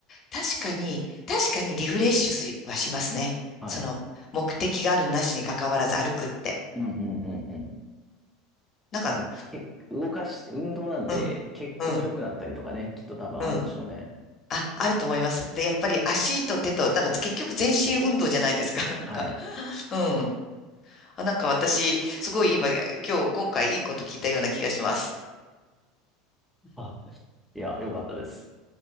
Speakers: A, on the left (about 40°); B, in the centre.
A: 確かに、確かにリフレッシュすはしますね。
B: はい。
A: その、目的があるなしに関わらず歩くって。
B: うんうんうんうん。
A: なんか、
B: なんか、け、動かし、運動なんで、
A: うん、
B: 血行良くなったりとかね、
A: うん、
B: きっと多分あるんでしょうね。
A: うん。あ、あると思います。で、やっぱり足と手と、なんか結局全身運動じゃないですか。<laughs> なんか、
B: はい。
A: うん。あ、なんか私、すごい今、今日、今回いいこと聞いたような気がします。
B: あ、いや、良かったです。